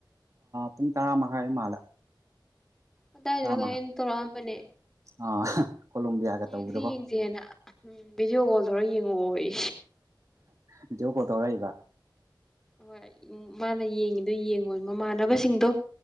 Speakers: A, on the right (about 40°); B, in the centre.
A: ꯄꯨꯡ ꯇꯔꯥꯃꯉꯥꯏꯗ ꯃꯥꯜꯂꯦ
B: ꯑꯗꯨꯗꯥꯔꯥ
A: ꯇꯔꯥ
B: ꯀꯩꯅꯣ
A: ꯃꯈꯥꯏ
B: ꯑꯩꯅ ꯇꯧꯔꯛꯑꯝꯕꯅꯦ
A: ꯑꯥ ꯀꯣꯂꯣꯝꯕꯤꯌꯥꯒ
B: ꯌꯦꯡꯁꯤ
A: ꯇꯧꯕꯗꯀꯣ
B: ꯌꯦꯡ ꯏꯆꯦꯅ ꯎꯝ ꯚꯤꯗꯤꯑꯣ ꯀꯣꯜꯗꯧꯔ ꯌꯦꯡꯉꯛꯑꯣ ꯌꯦ
A: ꯚꯤꯗꯤꯑꯣ ꯀꯣꯜ ꯇꯧꯔꯛꯏꯕ
B: ꯍꯣꯏ ꯃꯥꯅ ꯌꯦꯡꯉꯤꯗꯨ ꯌꯦꯡꯉꯣꯏꯌꯦ ꯃꯥꯃꯥꯟꯅꯕꯁꯤꯡꯗꯣ